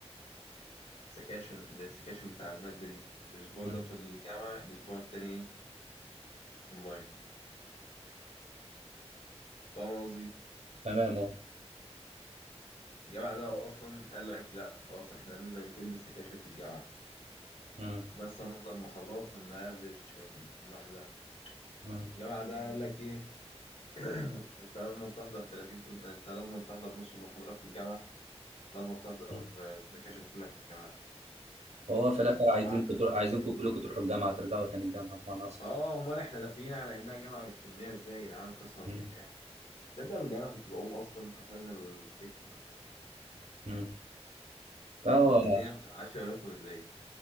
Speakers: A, on the left; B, on the right.
A: سكاشن السكاشن بتاع الماده دي الاسبوع
B: مم.
A: ده في الجامعه الاسبوع التاني اونلاين فاهم قصدي
B: تمام اهو
A: الجامعة ده أصلا قال لك لأ خلاص إحنا هننزل كل السكاشن في الجامعة
B: مم.
A: وبس هنفضل محاضرات هنقفش لوحدها
B: مم.
A: الجامعة ده قال لك إيه <clears throat> أنت لازم تحضر 30 في أنت لازم تحضر نص المحاضرات في الجامعة لازم تحضر
B: مم.
A: السكاشن كلها في الجامعة
B: وهو في
A: يعني
B: الاخر
A: سبحان
B: عايزينكم
A: الله.
B: تروح عايزينكم كلكم تروحوا الجامعه ترجعوا تاني الجامعه بمعنى اصلا
A: آه أمال إحنا داخلين على إنها جامعة إلكترونية إزاي يا جدعان قسما
B: مم.
A: بالله تصدق بالله أنا كنت بقوم أصلا أشغل السكشن وأنام
B: مم. فهو
A: هو أنت الدنيا ما بتبقاش في أماكن إزاي